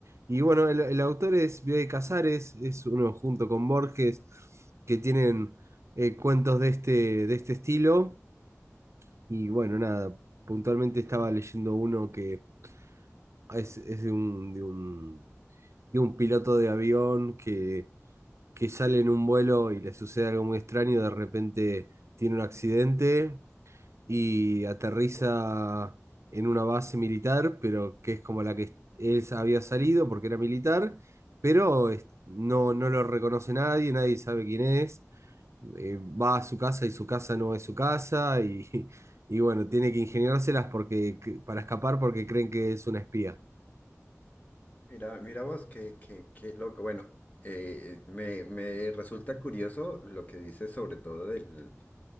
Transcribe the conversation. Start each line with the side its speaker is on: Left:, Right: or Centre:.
Right: Y bueno, el, el autor es Bioy Casares, es uno junto con Borges, que tienen eh, cuentos de este, de este estilo. Y bueno, nada, puntualmente estaba leyendo uno que es, es de un, de un, de un piloto de avión que, que sale en un vuelo y le sucede algo muy extraño, de repente tiene un accidente y aterriza en una base militar, pero que es como la que él había salido porque era militar, pero es- no, no lo reconoce nadie, nadie sabe quién es. Eh, va a su casa y su casa no es su casa y, <laughs> y bueno, tiene que ingeniárselas porque, para escapar porque creen que es una espía.
Left: Mira, mira vos, qué, qué, qué loco. Bueno, eh, me, me resulta curioso lo que dices sobre todo del,